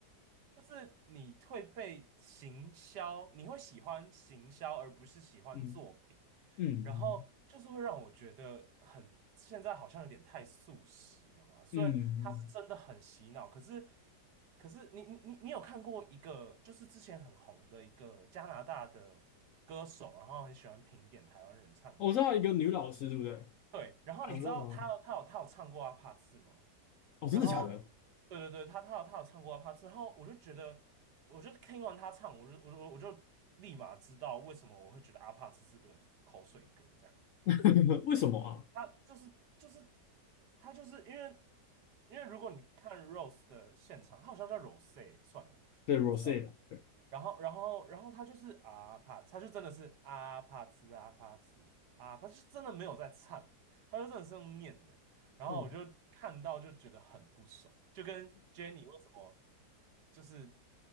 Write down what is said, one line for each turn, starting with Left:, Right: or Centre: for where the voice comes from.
Right: 就是你会被行销，你会喜欢行销而不是喜欢作品，
Left: 嗯嗯
Right: 然后就是会让我觉得很，现在好像有点太素食了嘛。虽然它是真的很洗脑，
Left: 嗯嗯，
Right: 可是可是你你你你有看过一个，就是之前很红的一个加拿大的歌手，然后很喜欢评点台湾人唱歌。
Left: 我知道一个女老师，对不对？
Right: 对，然后你知道他他有他有唱过阿帕茨吗？
Left: 我知道吗？哦，真的假的？
Right: 然后，对对对，他他有他有唱过阿帕茨，然后我就觉得，我就听完他唱，我就我就我就立马知道为什么我会觉得阿帕茨是个口水歌这样。
Left: <laughs> 为什么啊？
Right: 他就是就是他就是因为因为如果你看 Rose 的现场，他好像叫 Rose 算了，
Left: 对 Rosé
Right: 不知道。
Left: 了，对，
Right: 然后，然后，然后他就是啊帕，他就真的是啊帕兹啊帕兹啊他就真的没有在唱，他就真的是用念的。然后我就看到就觉得很不爽，
Left: 嗯，
Right: 就跟 Jenny 为什么就是